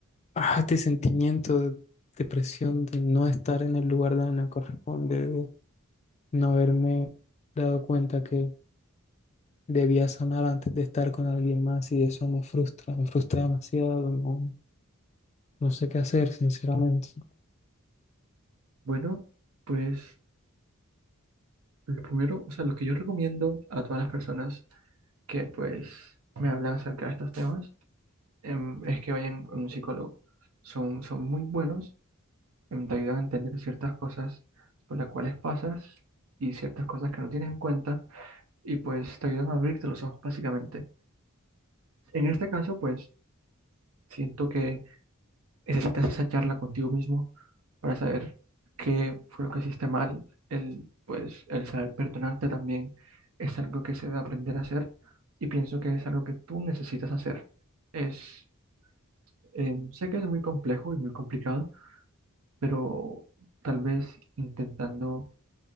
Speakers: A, on the left (about 30°); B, on the right (about 75°).
A: ah, de sentimiento, de depresión, de no estar en el lugar donde me corresponde, no haberme dado cuenta que debía sanar antes de estar con alguien más y eso me frustra, me frustra demasiado, no, no sé qué hacer, sinceramente.
B: Bueno, pues lo primero, o sea, lo que yo recomiendo a todas las personas que pues me hablan acerca de estos temas em, es que vayan a un psicólogo. Son, son muy buenos, em, te ayudan a entender ciertas cosas por las cuales pasas y ciertas cosas que no tienes en cuenta y pues te ayudan a abrirte los ojos básicamente. En este caso, pues siento que Necesitas esa charla contigo mismo para saber qué fue lo que hiciste mal. El, pues, el saber perdonarte también es algo que se debe aprender a hacer y pienso que es algo que tú necesitas hacer. Es, eh, sé que es muy complejo y muy complicado, pero tal vez intentando